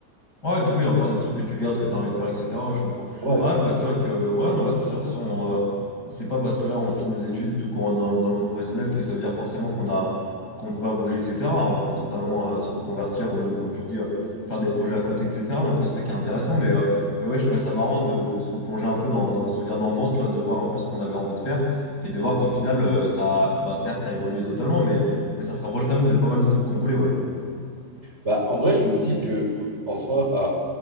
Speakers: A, on the left; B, on the right.
A: Ouais, du coup, il y a encore des trucs que tu gardes, que tu as envie de faire, etc. Ouais, je comprends.
B: Ouais.
A: Ouais, bah, c'est vrai que, ouais, non, bah, c'est sûr, de toute façon, on, euh, c'est pas parce que là, on finit nos études et tout, qu'on rentre dans, le- dans le monde professionnel que ça veut dire forcément qu'on a, qu'on peut pas bouger, etc. On peut totalement euh, se reconvertir ou même, comme tu dis, euh, faire des projets à côté, etc. Donc, ouais, c'est ça qui est intéressant. Mais, euh, mais ouais, je trouvais ça marrant de, de se replonger un peu dans, dans nos souvenirs d'enfance, tu vois, de voir un peu ce qu'on avait envie de faire et de voir qu'au final, euh, ça, bah, certes, ça a évolué totalement, mais, mais ça se rapproche quand même de pas mal de trucs qu'on voulait, ouais.
B: Bah, en vrai, je me dis que en soi,